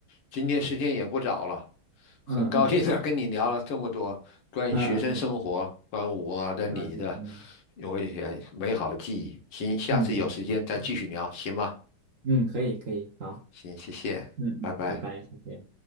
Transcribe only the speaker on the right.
是，
嗯嗯，好，嗯嗯嗯，
很高兴，
嗯
嗯嗯嗯
嗯，可以可以，好，
嗯嗯，
拜拜，谢谢。